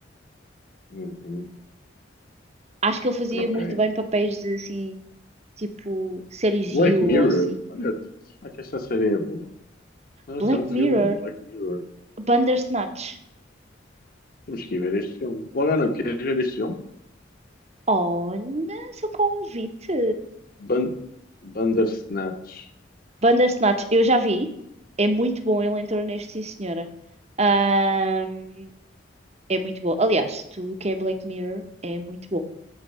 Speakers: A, on the left; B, on the right.
A: Uhum,
B: Acho que ele fazia
A: ok.
B: muito bem papéis de assim, tipo, séries
A: Black
B: You
A: Mirror?
B: ou assim.
A: Olha, será que esta série é boa? Não,
B: Black
A: isto é um filme,
B: Mirror,
A: Black Mirror.
B: Bandersnatch.
A: Temos que ir ver este filme. Logo à noite, queres ver este filme?
B: Olha, seu convite.
A: Ban Bandersnatch.
B: Bandersnatch, eu já vi. É muito bom, ele entrou neste, sim, senhora. Ahm, é muito bom. Aliás, tudo o que é Black Mirror é muito bom.